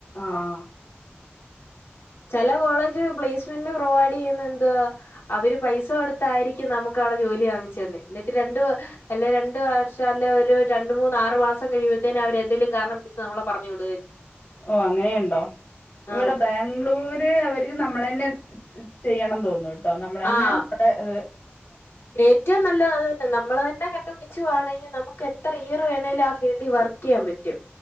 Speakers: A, on the left; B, on the left.
A: ആഹ്
B: ചില കോളേജ് പ്ലേസ്മെന്റ് പ്രൊവൈഡ് ചെയ്യുന്ന എന്ന്തുവാ അവര് പൈസ കൊടുത്തായിരിക്കും നമുക്ക് ള്ള ജോലി വാങ്ങിച്ചന്നു എന്നിട്ട് രണ്ട് അല്ലേ രണ്ട് വർഷം അല്ലേ ഒരു രണ്ടു മൂന്നാറു മാസം കഴി മ്പത്തേന് അവരെന്തേലും കാരണം പിടിച്ച് നമ്മളെ പറഞ്ഞു വിടുവേം ചെയ്യും.
A: ഓ അങ്ങനേയൊണ്ടോ? ഇവിടെ
B: ആഹ്
A: ബാംഗ്ലൂര് അവര്ക്ക് നമ്മളുതന്നെ ചെയ്യണം തോന്നുംട്ടോ നമ്മളന്നെ
B: ആഹ്
A: അവിടെ
B: ഏറ്റവും നല്ലത് അത് തന്നെ നമ്മള് തന് ന്നെ കണ്ടു പിടിച്ചുവാണെങ്കിൽ നമുക്ക് എത്ര ഇയർ വേണേലും ആ ഫീൽഡിൽ വർക്ക് ചെയ്യാൻ പറ്റും.